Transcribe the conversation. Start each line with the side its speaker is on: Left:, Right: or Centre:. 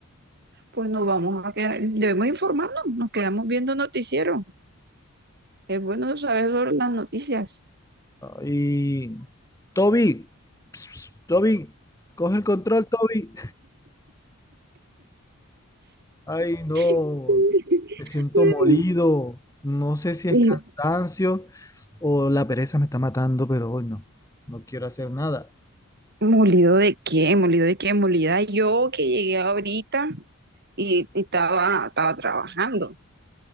Right: Pues nos vamos a quedar, debemos informarnos, nos quedamos viendo noticiero. Es bueno saber sobre las noticias.
Left: Y Toby, Ps, ps, Toby, coge el control, Toby. Ay, no,
Right: <laughs>
Left: me siento molido. No sé si es
Right: Y,
Left: cansancio o la pereza me está matando, pero hoy no, no quiero hacer nada.
Right: ¿Molido de qué? ¿Molido de qué? Molida yo que llegué ahorita y, y estaba, estaba trabajando.